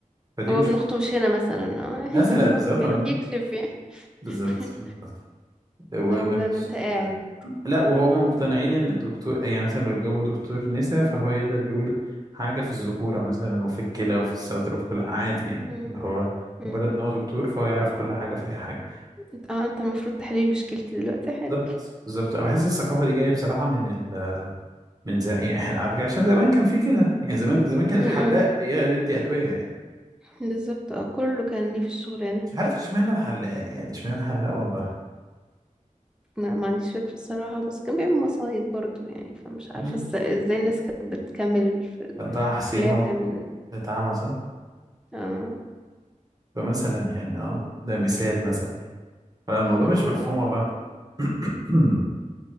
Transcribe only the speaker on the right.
فدي
مش
مثلا
بالظبط
ما-
بالظبط بالظبط. ومفيش
لا وهما مقتنعين ان الدكتور يعني مثلا لو جابوا دكتور نساء فهو يقدر يقول حاجة في الذكورة مثلا وفي الكلى وفي الصدر وفي كل عادي يعني
اللي هو
مجرد ان هو دكتور فهو يعرف كل حاجة في اي حاجة
بالظبط بالظبط انا بحس الثقافة دي جاية بصراحة من ال من زمان يعني احنا على فكرة عشان زمان كان في كده يعني زمان زمان كان
الحلاق بي- بيدي أدوية يعني
مش عارف اشمعنى الحلاق يعني اشمعنى الحلاق والله
مم.
كان طه حسين
هو
اللي اتعمى صح
فمثلا يعني اه ده مثال مثلا فالموضوع
مش مفهوم والله <clears throat>